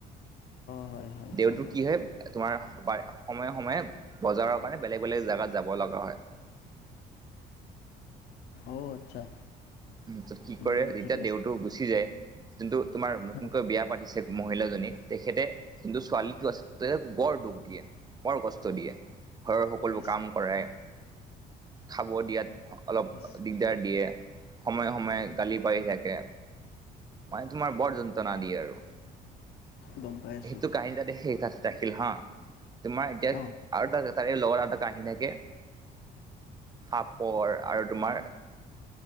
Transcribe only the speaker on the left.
হয় হয়
গম
পাইছোঁ।
অ আচ্ছা
উম,
ঠিক আছে।
হয়,
ইচ,
ইচ,
গম পাই আছোঁ।
অ',